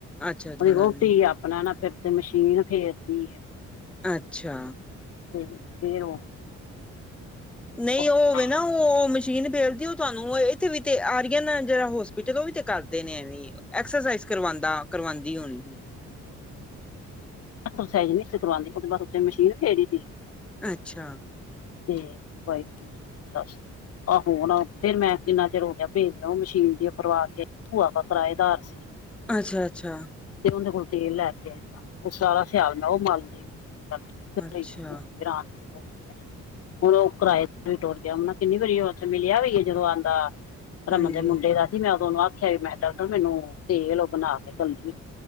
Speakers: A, in the centre; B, on the left.
A: ਅੱਛਾ
B: ਉਹਦੀ
A: ਜਨਾਨੀ
B: ਵੋਟੀ ਆਪਣਾ ਨਾ ਫਿਰ ਤੇ ਮਸ਼ੀਨ ਫੇਰਦੀ ਹੈ
A: ਅੱਛਾ।
B: ਫ ਫੇਰ ਉਹ
A: ਨਹੀਂ
B: ਉਹ ਆਪਣਾ
A: ਉਹਵੇ ਨਾ ਉਹ ਮਸ਼ੀਨ ਫੇਲਦੀ, ਉਹ ਤੁਹਾਨੂੰ ਇੱਥੇ ਵੀ ਤੇ ਆ ਜਿਹੜਾ ਹੋਸਪਿਟਲ, ਉਹ ਵੀ ਤੇ ਕਰਦੇ ਨੇ ਐਵੀ, ਐਕਸਰਸਾਈ ਕਰਵਾਉਂਦਾ ਕਰਵਾਉਂਦੀ ਹੋਣੀ
B: ਐਕਸਰਸਾਈਜ਼ ਨਹੀਂ ਸੀ ਕਰਵਾਂਦੀ, ਉਹਦੇ ਬਾਅਦ ਉੱਥੇ ਮਸ਼ੀਨ ਫੇਰੀ ਸੀ
A: ਅੱਛਾ।
B: ਤੇ ਵਾਈਫ ਦੀ ਸੱਸ, ਆਹੋ ਆ ਫਿਰ ਮੈਂ ਕਿੰਨਾ ਚਿਰ ਹੋ ਗਿਆ, ਭੇਜ ਉਹ ਮਸ਼ੀਨ ਜੇ ਪਰਵਾ ਕੇ ਭੂਆ ਦਾ ਕਿਰਾਏਦਾਰ ਸੀ।
A: ਅੱਛਾ ਅੱਛਾ।
B: ਤੇਂ ਉਦੇ ਕੋਲ ਤੇਲ ਲੈ ਕੇ ਉਸ ਦਾ ਸਿਆਲ ਮੈਂ ਉਹ ਮਲਦੀ, ਨ ਚੱਲ
A: ਅੱਛਾ
B: ਠੀਕ ਹ ਹੋ ਗਿਆ ਹੁਣ ਉਹ ਕਿਰਾਏਦਾਰ ਵੀ ਟੁਰ ਗਿਆ, ਉਹ ਕਿੰਨੀ ਵਾਰੀ ਉਹ ਉੱਥੇ ਮਿਲਿਆ ਵੀ ਜਦੋਂ ਆਉਂਦਾ ਰਮਨ
A: ਹਾਂਜੀ
B: ਦੇ ਮੁੰਡੇ ਦਾ ਸੀ, ਮੈਂ ਉਦੋਂਨੂੰ ਆਖਿਆ ਵੀ ਮੈਂ ਕਿਹਾ ਡਾਕਟਰ ਮੈਨੂੰ ਤੇਲ ਔ ਬਣਾ ਕੇ ਕਲਣੀ